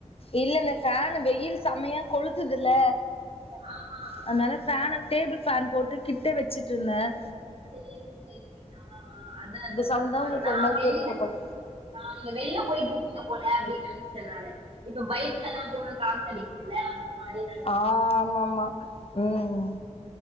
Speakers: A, on the left; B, on the right.
A: இல்ல இந்த பியான் வெயில் செமையா கொளுத்துதுல
B: ஆமா
A: அதனால ஃபேன் டேபிள் ஃபேன் போட்டு கிட்ட வச்சுட்டு இருந்தேன்
B: சரிங்க சரி ஆஹ் அத அந்த
A: சவுண்ட்
B: சத்தம்
A: தா உங்களுக்கு ஒரு மாரி
B: வெளில
A: கேட்டுருக்கு போல
B: நீங்க வெளில போயிட்டு இருக்கீங்க போல அப்படின்னு நினைச்சேன்ன இப்ப பைக் வீலல்லாம் போன காத்தடி போடல அந்த மாரி நெனச்சிட்டே
A: ஆஹ் ஆமாமா உம்